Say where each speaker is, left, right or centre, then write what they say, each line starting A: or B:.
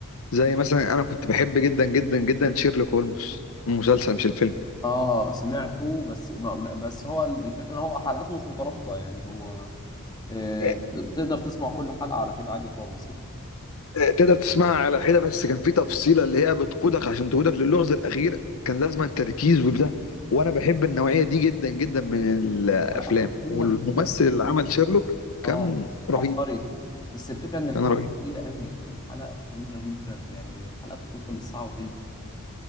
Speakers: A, on the left; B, on the left.
A: زي مثلا انا كنت بحب جدا جدا جدا شيرلوك هولمز المسلسل مش الفيلم
B: اه سمعته بس ما ما- بس هو ال- الفكرة ان هو حلقاته مش مترابطة يعني هو آه
A: إيه،
B: تقدر تسمع كل حلقة على حد عادي خالص يعني
A: إيه، تقدر تسمعها على حده بس كان في تفصيله اللي هي بتقودك عشان تقودك للغز الاخير كان لازم تركيز وبتاع وانا بحب النوعيه دي جدا جدا من الافلام
B: حلقاته طويلة
A: والممثل
B: جدا
A: اللي عمل شيرلوك
B: اه
A: كان
B: عبقري
A: رهيب
B: بس الفكره ان الحلقه
A: كان رهيب
B: طويله قوي الحلقه طويله جدا يعني الحلقه بتدخل الساعه وتلت